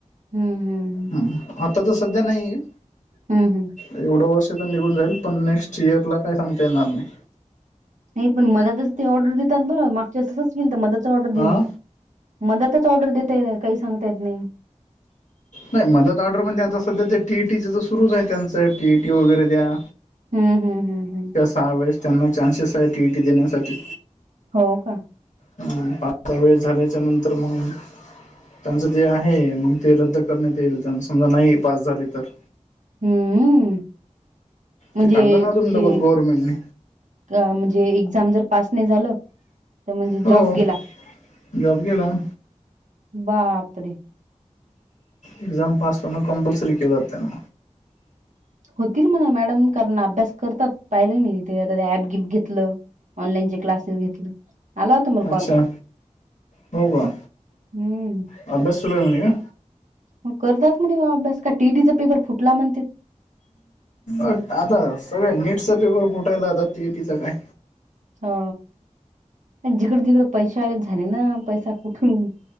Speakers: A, on the right; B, on the left.
A: हम्म हम्म हम्म.
B: हम् आता तर सध्या नाही.
A: हम्म हम्म.
B: एवढं वर्ष तर निघून जाईल पण नेक्स्ट इयर ला काय सांगता येणार नाय.
A: नाय पण मदातच ते ऑर्डर देतात बरं मागच्या वेळेस तसच केलत मदातच ऑर्डर
B: हा
A: दिली. मदतच ऑर्डर देताय काही सांगता येत नाही.
B: नाय मदत ऑर्डर म्हणजे आता सध्या ते टी ई टीच तर सुरूच आहे त्यांचं टी ई टी वगैरे द्या
A: हम्म हम्म हम्म हम्म.
B: या वेळेस त्यांना चान्सेस आहे टी ई टी देण्यासाठी.
A: हो का?
B: हम्म पाच <unintelligible> वेळेस झाल्याच्या नंतर मग त्यांचं तेे आहे मग ते रद्द करण्यात येईल त्यांना समजा नाही पास झाले तर
A: हूं हम्म हूं म्हणजे
B: ते काढलं ना अजून
A: जे
B: डबल गव्हर्नमेंटने
A: अ म्हणजे एक्झाम जर पास नाय झालं तर म्हणजे
B: हो
A: जॉब गेला.
B: जॉब गेला.
A: बाप रे!
B: एक्झाम पास होणं कंपल्सरी केलं जातय म
A: होतील म्हणा मॅडम कारण अभ्यास करतात पाहिले मी तिथे आता ऍप गिफ घेतलं ऑनलाईनचे क्लासेस घेतल. आला होता मला
B: अच्छा
A: कॉल?
B: हो का
A: हम्म.
B: अभ्यास सुरूये म्हणे का?
A: म करतात म्हणे बा अभ्यास का टी इ टीचा पेपर फुटला म्हणतेट
B: अ आत सगळ्या नीटचा पेपर फुटायला आता टी ई टी चा काय?
A: हा. आणि जिकड तिकड पैश आ झाले ना पैसा कुठून